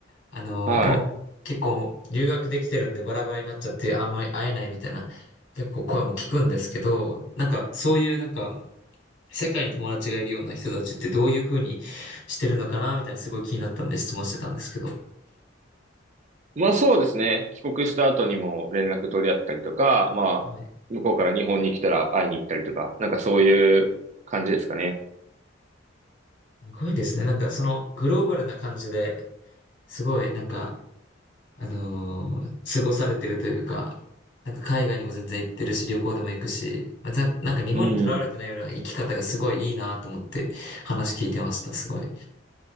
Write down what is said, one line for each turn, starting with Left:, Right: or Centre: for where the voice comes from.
Left: あの、
Right: はい。
Left: でも結構留学できてるんでバラバラになっちゃってあんまり会えないみたいな結構声も聞くんですけど、なんかそういうなんか世界に友達がいるような人たちってどういうふうにしてるのかなみたいなすごい気になったんで質問してたんですけど。
Right: まあ、そうですね。帰国した後にも連絡取り合ったりとか、まあ、
Left: はい。
Right: 向こうから日本に来たら会いに行ったりとか、なんかそういう感じですかね。
Left: すごいですね。なんかそのグローバルな感じで、すごいなんか、あのー過ごされてるというか、なんか海外にも全然行ってるし、旅行でも行くし、まあざなんか日本にとらわれてないような生き方がすごいいいなと思って話聞いてました。
Right: うん。
Left: すごい。